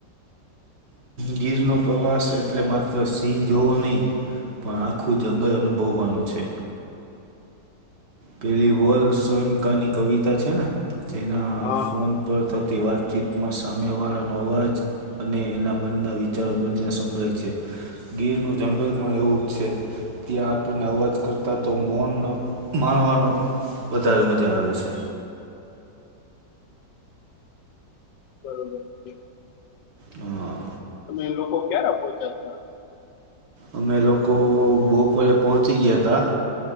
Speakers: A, on the right; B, on the left.
A: ગીરનો પ્રવાસ એટલે માત્ર સિંહ જોવો નહીં. પણ આખું જંગલ અનુભવવાનું છે. પેલી વોલ સોનકાની કવિતા છે ને જેના
B: હા
A: ફોન પર થ થી વાતચીતમાં સામેવાળાનો અવાજ અને એના મનના વિચારો બંને સંભળે છે. ગીરનું જંગલ પણ એવું જ છે ત્યાં આપણને અવાજ કરતાં તો મોનનો. માણવાનો વધારે મજા આવે છે.
B: બરોબર છે.
A: હા.
B: તમે લોકો ક્યારે પહોંચ્યા તા?
A: અમે લોકો બપોરે પહોંચી ગીયા તા.